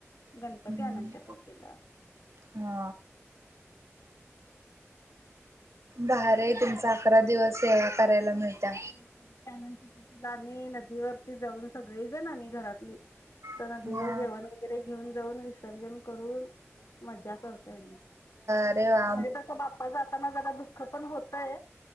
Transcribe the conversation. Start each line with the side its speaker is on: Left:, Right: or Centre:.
Left: गणपती
Right: हम्म
Left: आनंत चतुर्थीला.
Right: हा भारी हाय, तुमच अकरा दिवस सेवा करायला मिळत्या.
Left: अगदी अनंत चतुर्थीला आम्ही नदीवरती जाऊन सगळी जण आम्ही घरातली त
Right: हा
Left: नदीवर जेवण व वगैरे घेऊन जाऊन विसर्जन करून, मज्जा करतोय आम्ही.
Right: अरे वा
Left: म्हणजे तसं, बाप्पा जाताना जरा दुःख पण होतय.